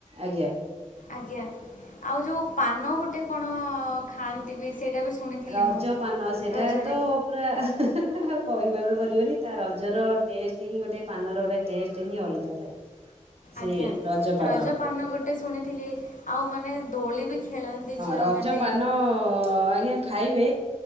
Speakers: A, on the right; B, on the left.
A: ଆଜ୍ଞା।
B: ଆଜ୍ଞା ଆଉ ଯୋଉ ପାନ ଗୋଟେ କଣ ଖାଆନ୍ତି ବି ସେଇଟା ବି ଶୁଣିଥିଲି
A: ରଜ
B: ମୁଁ
A: ପାନ ସେଇଟା
B: ରଜରେ
A: ତ ପୁରା ଆଉ କହିବାକୁ ପଡ଼ିବନି ତା ରଜର ଟେଷ୍ଟ ହିଁ ଗୋଟେ ପାନର ଗୋଟେ ଟେଷ୍ଟ ହିଁ ଅଲଗା ଥାଏ। ସେ
B: ଆଜ୍ଞା
A: ରଜପାନ।
B: ରଜ ପାନ ଗୋଟେ ଶୁଣିଥିଲି ଆଉ ମାନେ ଦୋଳି ବି ଖେଳନ୍ତି ଝିଅମାନେ।
A: ରଜ ପାନ ହଁ ଆଜ୍ଞା ଖାଇବେ